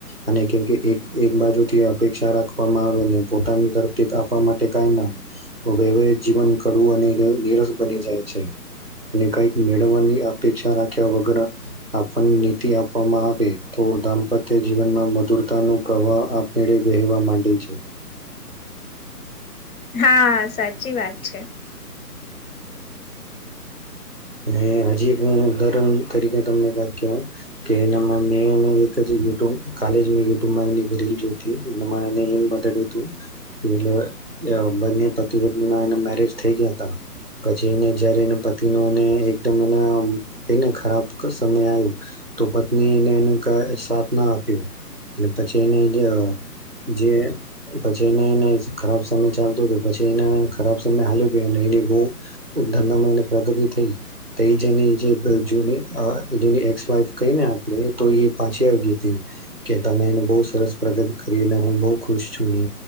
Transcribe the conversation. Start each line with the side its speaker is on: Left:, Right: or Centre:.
Right: અને કેમકે એક એક બાજુ થી અપેક્ષા રાખવામાં આવેને પોતાની તરફથી આપવા માટે કાંઈ ના વૈવાહિક જીવન કડવું અને નિરસ બની જાય છે ને કાઈક મેળવવાની અપેક્ષા રાખ્યા વગર આપણ નીતિ આપવામાં આવે તો દાંપત્ય જીવનમાં મધુરતા નો પ્રવાહ આ મેળે વહેવા માંડે છે.
Left: હા સાચી વાત છે.
Right: ને હજી એક હું ઉદાહરણ તરીકે તમને વાત કેવ કે <inaudible> કાલે જે મે યુ ટ્યુબમાં રીલ જો એ એમ બતાડયું તું. કે <inaudible> બને પતિ પત્નીના મેરેજ થઈ ગયા પછી ને જયારેએના પતિનું ને એકદમ એના એના ખરાબ સમય આવ્યો તો પત્ની ને એને સાથ ના આપ્યો. પછી એને જે જે પછી એ એને ખરાબ સમય ચાલતો ગયો પછી, એને ખરાબ સમય હાલ્યો ગ્યો, એની બવ ધંધામાં ને પ્રગતિ એ જેની જે જુની જની એક્સ વાઈફ કહીને આપણે તો એ પાછી આવી તી કે તમે <inaudible> બહુ સરસ પ્રગત કરીને હું બહુ ખુશ છું. ને